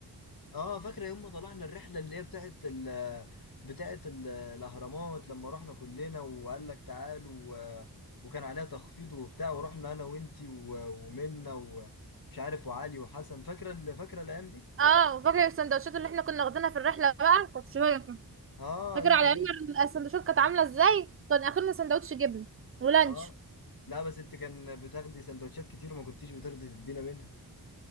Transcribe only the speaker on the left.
اه فاكرة يوم ما طلعنا الرحلة اللي هي بتاعت ال بتاعت ال الأهرامات لما رحنا كلنا وقال لك تعالوا و- وكان عليها تخفيض وبتاع ورحنا أنا وأنتي و- ومنة ومش عارف وعلي وحسن فاكرة ال- فاكرة الأيام دي؟
اه
انت
الله
يك-
اه لا بس انت كان بتاخدي سندوتشات كتير وما كنتيش بترضي تدينا منها